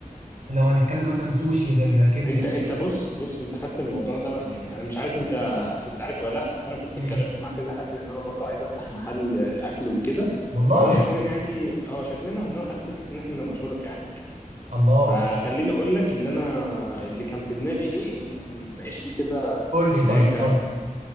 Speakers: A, on the right (about 55°); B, on the left (about 15°).
A: لو هنتكلم مثلا سوشي غير كبده
B: انت انت بص بص انت خدت الموضوع ده يعني انا مش عارف انت كنت عارف ولا لا بس انا كنت
A: مم.
B: اتكلمت مع كذا حد ان انا برضو عايز افتح محل اكل وكده
A: والله
B: فهو شكلنا يعني اه شكلنا هنروح على سكه ان احنا نبقى شركاء يعني وكده
A: الله
B: فخليني اقول لك اللي انا اللي كان في دماغي ايه ونتناقش فيه كده
A: قول لي
B: هناك
A: طيب قول لي